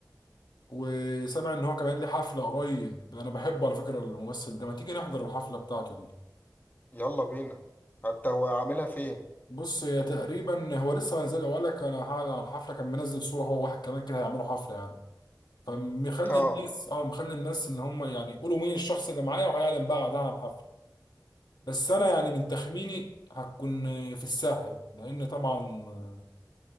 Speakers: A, on the left; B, on the left.
A: وسامع ان هو كمان ليه حفله قريب انا بحبه على فكره الممثل ده ما تيجي نحضر الحفله بتاعته دي
B: يلا بينا حتى هو عاملها فين
A: بص هي تقريبا هو لسه ما نزل وقال لك انا هعلن على الحفله كان منزل صوره هو واحد كمان كده هيعملوا حفله يعني فمخلي
B: اه
A: الناس اه مخلي الناس ان هم يعني يقولوا مين الشخص اللي معايا وهيعلن بعدها على الحفله بس انا يعني من تخميني هتكون في الساحل لان طبعا